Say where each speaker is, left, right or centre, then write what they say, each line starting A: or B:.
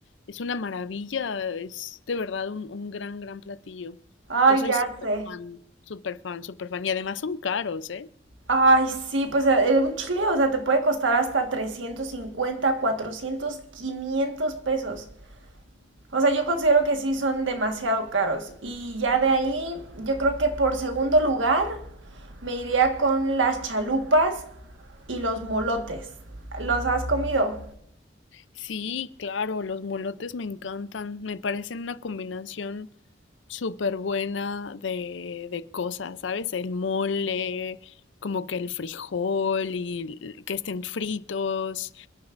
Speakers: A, on the left; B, on the right.
A: es una maravilla, es de verdad un, un gran, gran platillo.
B: Ay,
A: Yo soy
B: ya
A: súper
B: sé.
A: fan, súper fan, súper fan. Y además son caros, ¿eh?
B: Ay, sí, pues eh, un chile, o sea, te puede costar hasta 350, 400, 500 pesos. O sea, yo considero que sí son demasiado caros. Y ya de ahí, yo creo que por segundo lugar me iría con las chalupas y los molotes. ¿Los has comido?
A: Sí, claro, los molotes me encantan, me parecen una combinación súper buena de, de cosas, ¿sabes? El mole, como que el frijol y l- que estén fritos,